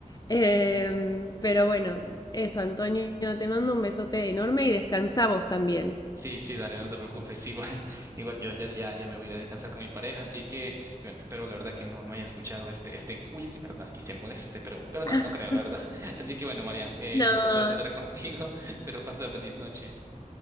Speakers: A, on the left (about 30°); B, on the right (about 20°).
A: Em, pero bueno, eso, Antonio, te mando un besote enorme y descansa vos también.
B: Sí, sí, dale, no te preocupes. Igual, <laughs> igual yo ya, ya, ya me voy a ir a descansar con mi pareja, así que, que bueno, espero la verdad que no, no haya escuchado este, este quiz, ¿verdad? Y se moleste, pero, pero no,
A: <laughs>
B: no creo, la verdad. <laughs> Así que bueno, Marian, eh,
A: No,
B: un gustazo hablar contigo, <laughs> pero pasa feliz noche.